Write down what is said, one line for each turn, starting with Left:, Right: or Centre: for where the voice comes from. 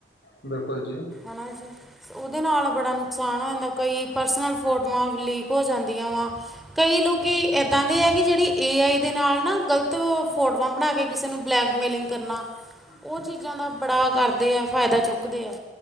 Left: ਬਿਲਕੁਲ ਜੀ।
Centre: ਹਨਾ ਜੀ। ਉਹਦੇ ਨਾਲ ਬੜਾ ਨੁਕਸਾਨ ਹੋ ਜਾਂਦਾ, ਕਈ ਪਰਸਨਲ ਫੋਟੋਆਂ ਲੀਕ ਹੋ ਜਾਂਦੀਆਂ ਵਾ। ਕਈ ਲੋਕੀ ਇੱਦਾਂ ਦੇ ਹੈ ਕਿ ਜਿਹੜੀ ਏ ਆਈ ਦੇ ਨਾਲ ਨਾ ਗ਼ਲਤ ਫੋਟੋਆਂ ਬਣਾ ਕੇ ਕਿਸੇ ਨੂੰ ਬਲੈਕ ਮੇਲਿੰਗ ਕਰਨਾ।
Left: <inaudible>
Centre: ਉਹ ਚੀਜ਼ਾਂ ਦਾ ਬੜਾ ਕਰਦੇ ਆ, ਫਾਇਦਾ ਚੁੱਕਦੇ ਆ।